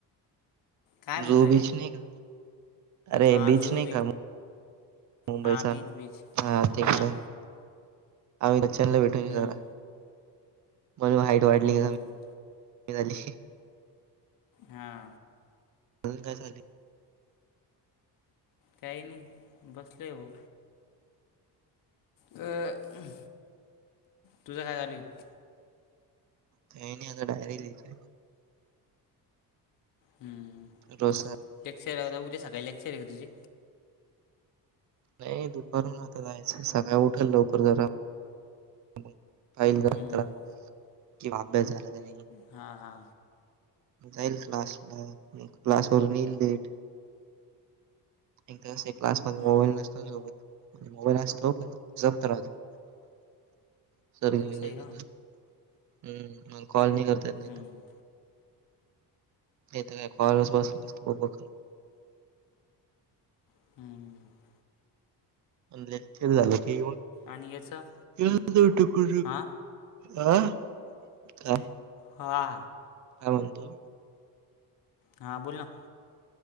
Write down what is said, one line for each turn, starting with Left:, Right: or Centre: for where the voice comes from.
Left: काय म्हणतो
Right: जुहू
Left: आहे
Right: बीच नाही का? अरे
Left: हां
Right: बीच
Left: जुहू
Right: नाही का मुंबईचा.
Left: हां बीच बीच
Right: हा तेक
Left: हां
Right: अमिताभ बच्चनला भेटून येऊ
Left: हम्म,
Right: जरा मग हाईट वाढली
Left: हम्म.
Right: की कमी, वाढली
Left: हां
Right: म्हणून काय झाली?
Left: काही नाही बसलेय ओ. अं हं तुझं काय चाललं?
Right: काय नाही आता डायरी लिहितोय.
Left: हम्म,
Right: डोसा.
Left: लेक्चर आहेता उद्या सकाळी लेक्चर आहे का तुझे.
Right: नाही दुपारून आता जायचं सकाळी उठेल लवकर जरा. पाहिल नंत
Left: हम्म.
Right: किंवा अभ्यास झाला का नाही.
Left: हा हा,
Right: जाईल क्लास ला म क्लास वून येईल लेट. एकदा अस क्लासमध्ये
Left: हम्म.
Right: मोबाईल नसत सोबत. मोबाईल असतो पण जपतहतो <unintelligible> सर हम्म
Left: असं आहे का
Right: मग कॉल नाही करता येत इथं.
Left: हम्म,
Right: येत काय कॉलस
Left: हम्म,
Right: बस अस ब.
Left: हम्म,
Right: अ <unintelligible> ती झालं की
Left: आणि याचं
Right: येनट क
Left: हा
Right: अह काय.
Left: हा,
Right: काय म्हणतो.
Left: हा, बोल ना,